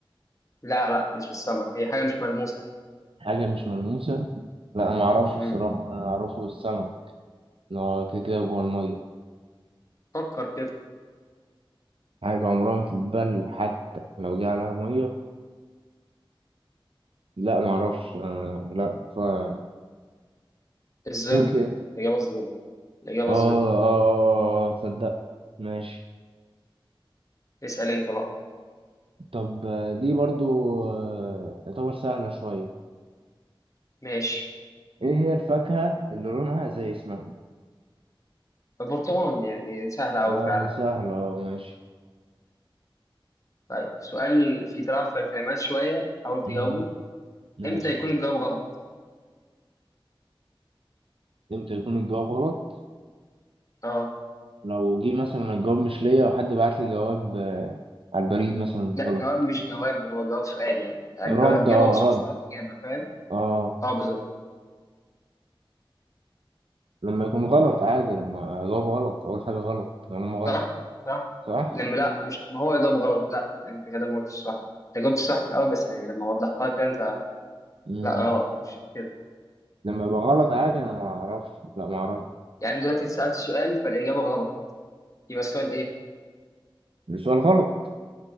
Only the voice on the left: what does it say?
لا لا مش السمك هي حاجة مش ملموسة
امم
فكر كده
الظل
الإجابة الظل الإجابة
الظل
اسأل انت بقى
ماشي
البرتقال يعني سهل أوي
فعلا
طيب سؤال فيه تلعب في الكلمات شوية حاول تجاوبه
امتى يكون الجواب غلط؟
اه
لا
جواب مش جواب هو جواب سؤال يعني يعني اللي
هو إجابة
وسؤال
سؤال وإجابة فاهم؟
اه بالظبط
صح صح
لما لا مش لما هو يجاوب غلط لا انت كده ما قلتش صح انت جاوبت صح في الأول بس يعني لما وضحتها كده انت
لا غلط مش كده
يعني دلوقتي سألت سؤال فالإجابة غلط يبقى السؤال ايه؟